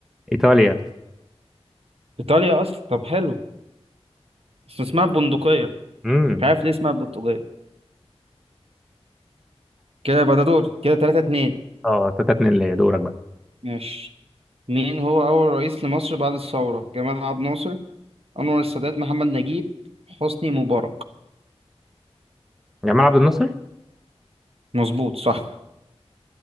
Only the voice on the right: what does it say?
ايطاليا اصلا طب حلو بس اسمها البندقية
مش عارف ليه اسمها البندقية كده يبقى ده دوري كده 3 2
ماشي مين هو أول رئيس لمصر بعد الثورة جمال عبد الناصر أنور السادات محمد نجيب حسني مبارك
مظبوط صح